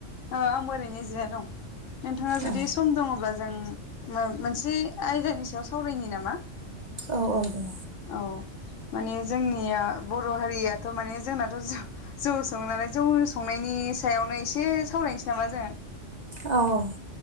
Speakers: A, on the left; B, on the right.
A: औ आंबो ओरैनो जिरायना दं नोंथाङा जुदि
B: औ
A: सम दङब्ला जों मोन मोनसे आयदानि सायाव सावरायनि नामा
B: औ औ दे
A: औ माने जोंनिया बर' हारियाथ' माने जोंनाथ' जौ जौ सङो नालाय जौनो संनायनि सो सायावनो एसे सावरायनोसै नामा जोङो
B: औ औ